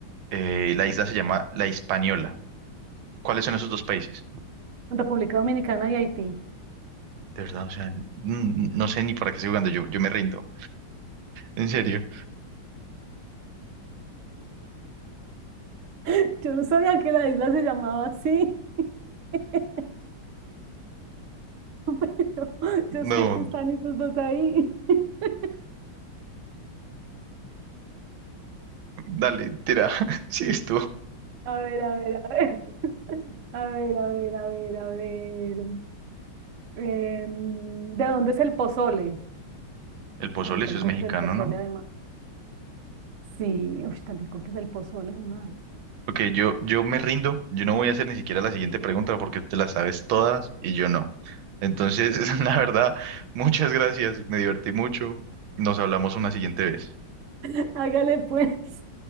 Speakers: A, on the right; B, on the right.
A: Eh, la isla se llama La Hispaniola. ¿Cuáles son esos dos países?
B: República Dominicana y Haití.
A: De verdad, o sea, mm, no sé ni para qué estoy jugando. Yo, yo me rindo. En serio.
B: <laughs> Yo no sabía que la isla se llamaba así, <laughs> pero yo
A: No,
B: sé que están esos dos ahí. <laughs>
A: dale, tira. <laughs> Sigues tú.
B: A ver, a ver, a ver, a ver, a ver, a ver, a ver. Em, ¿de dónde es el pozole?
A: El pozole,
B: Tan rico
A: eso es mexicano,
B: que es el pozole
A: ¿no?
B: además. Sí, uy, tan rico que es el pozole además.
A: Ok, yo, yo me rindo. Yo no voy a hacer ni siquiera la siguiente pregunta porque te las sabes todas y yo no. Entonces, <laughs> la verdad, muchas gracias. Me divertí mucho. Nos hablamos una siguiente vez.
B: <laughs> Hágale pues.